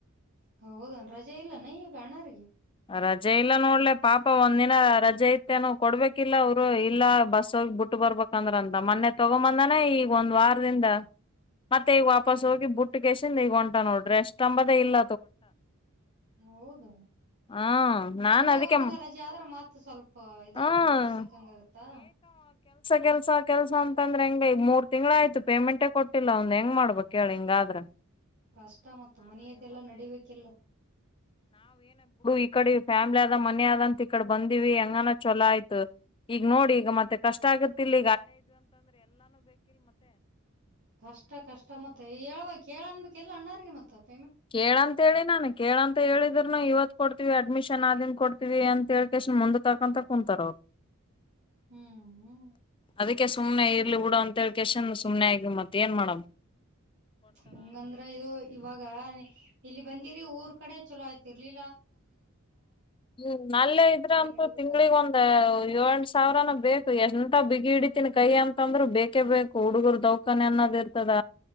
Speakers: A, on the right (about 55°); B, on the left (about 25°).
A: ಹೌದ್ ಏನ್ ರಜೆ ಇಲ್ಲ್ ಏನ್ ಅಣ್ಣಾರಿಗ್
B: ರಜೆ ಇಲ್ಲ ನೋಡ್ಲೆ ಪಾಪ ಒಂದ್ ದಿನ ರಜೆ ಇತ್ ಎನೋ ಕೊಡ್ಬೇಕಿಲ್ಲ ಅವ್ರು ಇಲ್ಲ ಬಸ್ ಹೋಗಿ ಬಿಟ್ಟ್ ಬರ್ಬೇಕಂತೆ ಮೊನ್ನೆ ತಗೋಬದೇನ್ ಒಂದ್ ವಾರ್ದಿಂದ ಮತ್ತೆ ಈಗ್ ವಾಪಾಸ್
A: ಹ್ಮ್
B: ಹೋಗಿ ಬುಟ್ಟಿ ಈಗ್ ಒಂಟ ನೋಡ್ ರೆಸ್ಟ್ ಅನ್ನೋದ್ ಇಲ್ಲ
A: ಹೌದ್
B: ಹ
A: ಸಂಡೆ
B: ನಾನ್ ಅದಕ್ಕೆ
A: ಒಂದ್ ದಿನ ರಜೆ ಅದ್ರ್ ಮತ್ ಸಲ್ಪ್ ಇದ್
B: ಹ್ಮ
A: ಆಥದ್ ರೆಸ್ಟ್ ಸಿಕ್ಕಂಗ್ ಆಗುತ್ತಾ
B: ಕೆಲಸ ಕೆಲಸ ಅಂತಾದ್ರ ಹೆಂಗ್ ಮೂರ್ ತಿಂಗಳ್ ಆಯ್ತ್ ಪೇಮೆಂಟ್ ಕೊಟ್ಟಿಲ್ಲ ಔನ್ದ್ ಎಂಗ್ ಮಾಡ್ಬೇಕ್ ಹೇಳ್ ಹಿಂಗಾದ್ರೆ
A: ಕಷ್ಟ್ ಮತ್ ಮನೆಯದ್ ಎಲ್ಲ ನಡೀಬೇಕ್
B: ಈಕಡೆ ಮನೆ ಅದ್ ಅಂತ ಈ ಕಡೆ ಬಂದಿವಿ ಎಂಗಾನ ಚಲೋ ಆಯ್ತು ಈಗ್ ನೋಡ್ ಈಗ್ ಮತ್ತೆ ಕಷ್ಟ ಆಗುತೋ ಇಲ್ಲ
A: ಕಷ್ಟ ಕಷ್ಟ ಮತ್ತೆ <unintelligible>
B: ಕೇಳ್ ಅಂತ ನಾನ್ ಕೇಳ್ ಅಂತ್ ಹೇಳಿದ್ರು ನಾ ಈವತ್ ಕೊಡ್ತಿವಿ ಅಡ್ಮಿಶನ್ ಆದ್ಮೇಲ್ ಕೊಡ್ತಿವಿ ಅಂತ್ ಮುಂದ್ ತಕಂತ ಕುತ್ತಾರ್
A: ಹ್ಮ್
B: ಅದಿಕೆ ಸುಮ್ನೆ ಹೋಗ್ಲಿ ಬಿಡು ಅಂತ ಸುಮ್ನೆ ಆಗಿವೆ ಮಾತೆ ಏನ್ ಮಾಡಣ
A: ಅಂಗಂದ್ರೆ ಇವಾಗ ಇಲ್ಲಿಗ್ ಬಂದಿದ್ದೆ ಊರ್ ಕಡೆಯಲ್ಲ ಚೆನ್ನಾಗಿದ್ದಾರೆ
B: ಹ್ಮ್ಮ್ ಅಲ್ಲೇ ಇದ್ರತು
A: ನಡಿಬೇಕಲ್ಲ
B: ತಿಂಗಳಿಗೆ ಒಂದೇ ಯೋಳ್ ಸಾವಿರ. ಬೇಕು ಎಂತ ಬಿಗಿಎಡಿತೀನಿ ಕೈ ಅಂತಂದ್ರ ಬೇಕೇ ಬೇಕು ಹುಡುಗರ್ ಧವಕನ್ ಆನೊಂದು ಇರ್ತದ.